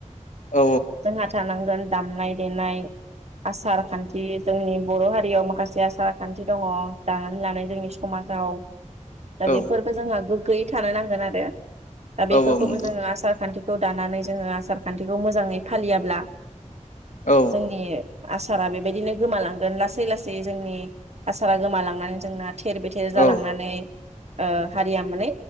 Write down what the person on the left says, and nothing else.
औ
औ
औ नंगौ
औ
औ